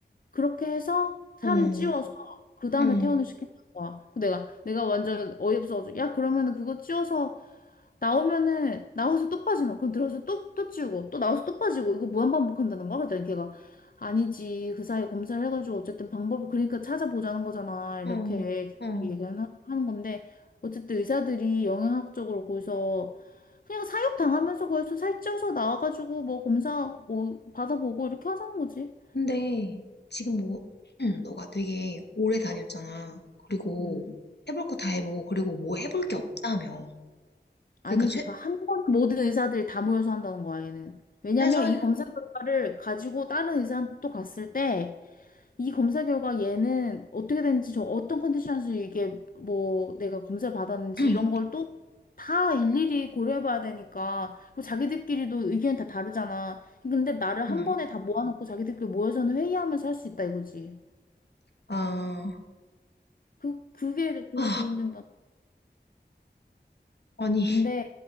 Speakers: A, on the left; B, on the left.
A: 그렇게 해서 살을
B: 어,
A: 찌워서 그 다음에
B: 음,
A: 퇴원을 시킨다는 거야. 그 내가 내가 완전 어이없어가지고 야 그러면은 그거 찌워서 나오면은 나와서 또 빠지면 그럼 들어서 또 또 찌우고 또 나와서 또 빠지고 이거 무한반복한다는 거야? 그랬더니 걔가 아니지 그 사이에 검사를 해가지고 어쨌든 방법을 그러니까 찾아보자는 거잖아
B: 어,
A: 이렇게
B: 어.
A: 얘기하는 하는 건데 어쨌든 의사들이 영양학적으로 거기서 그냥 사육 당하면서 거기서 살쪄서 나와가지고 뭐 검사 뭐 받아보고 이렇게 하자는 거지.
B: 근데, 지금 뭐, 음, 너가 되게 오래 다녔잖아. 그리고,
A: 음.
B: 해볼 거 다 해보고, 그리고 뭐 해볼 게 없다며.
A: 아니
B: 그러니까,
A: 그니까
B: 최,
A: 한 번에 모든 의사들 다 모여서 한다는 거야 얘는. 왜냐면
B: 최선,
A: 이 검사 결과를 가지고 다른 의사한테 또 갔을 때 이 검사 결과 얘는 어떻게 됐는지 저 어떤 컨디션에서 이게 뭐 내가 검사를 받았는지
B: <clears throat>
A: 이런 걸 또 다 일일이 고려해봐야 되니까 그리고 자기들끼리도 의견이 다 다르잖아. 근데 나를 한
B: 음.
A: 번에 다 모아놓고 자기들끼리 모여서는 회의하면서 할 수 있다 이거지.
B: 아,
A: 그 그게 그게
B: 아,
A: 도움된다.
B: 아니,
A: 근데